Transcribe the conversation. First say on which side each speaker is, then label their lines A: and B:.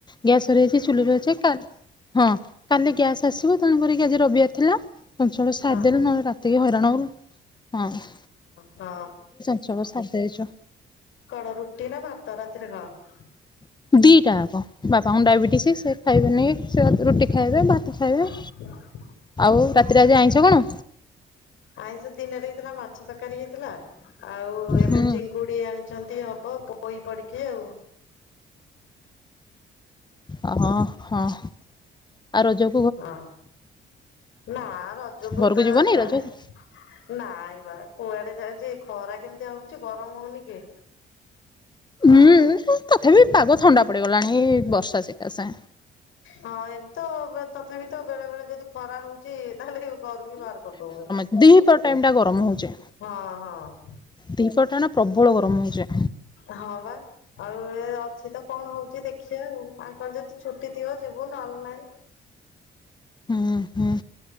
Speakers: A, on the left; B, on the left.
A: ଗ୍ୟାସ ସରିଯାଇଛି ଚୁଲିରେ ଅଛି କା ହଁ କାଲି ଗ୍ୟାସ ଆସିବ। ତେଣୁ କରିକି ଆଜି ରବିବାର ଥିଲା ଚଞ୍ଚଳ ସାରିବେଲୁ
B: ଓହୋ
A: ନହେଲେ ରାତିକି ହଇରାଣ ହଉ ହଁ।
B: ହଁ।
A: ସବୁ ସାରିଦେଇଛୁ।
B: କଣ ରୁଟି ନା ଭାତ ରାତିରେ ଖାଅ?
A: ଦିଇଟା କ ବାପାଙ୍କୁ ଡାଇବେଟିସ୍ ସେ ଖାଇବେନି ସେ ରୁଟି ଖାଇବେ ଭାତ ଖାଇବେ।
B: <unintelligible>
A: ଆଉ ରାତିରେ ଆଜି ଆଇଁଷ କଣ?
B: ଆଇଁଷ ଦିନରେ ହେଇଥିଲା ମାଛ ତରକାରୀ ହେଇଥିଲା ଆଉ ଏବେ
A: ହୁଁ
B: ଚିଙ୍ଗୁ ସେ ଆଣିଚନ୍ତି ହବ ପୋଇ ପଡିକି ଆଉ।
A: ଓଁ ହଁ ଆଉ ରଜ
B: ହଁ ନା ରଜକୁ
A: ଘରକୁ
B: ତ
A: ଯିବନି
B: ଯାଏ
A: ରଜକୁ
B: ନାଇ ବା କୁଆଡେ ଯାଉଛି ଖରା କେମିତିଆ ହଉଛି ଗରମ ହଉନି କି।
A: ହୁଁ
B: ଆଉ
A: ତଥାପି ପାଗ ଥଣ୍ଡା ପଡିଗଲାଣି ବର୍ଷା ସେକା ସେ।
B: ହଁ ଏମିତି ତ ତଥାପି ତ ବେଳେ ବେଳେ ଯଦି ଖରା ହଉ କି ତାହେଲେ ହି ଘରୁ ବି ବାହାର କରିଦ
A: ଦି ପର ଟାଇମ ଟା ଗରମ ହଉଚେ।
B: ହଁ ହଁ।
A: ଦିପର ଟା ନା ପ୍ରବଳ ଗରମ ହଉଚି।
B: ହଁ ବା। ଆଉ ଏ ଅଛି ତ କଣ ହଉଚି ଦେଖିବା ଆଉ ଆଙ୍କର ଯଦି ଛୁଟି ଥିବ ଯିବୁ ନହେଲେ ନାହିଁ।
A: ହୁଁ ହୁଁ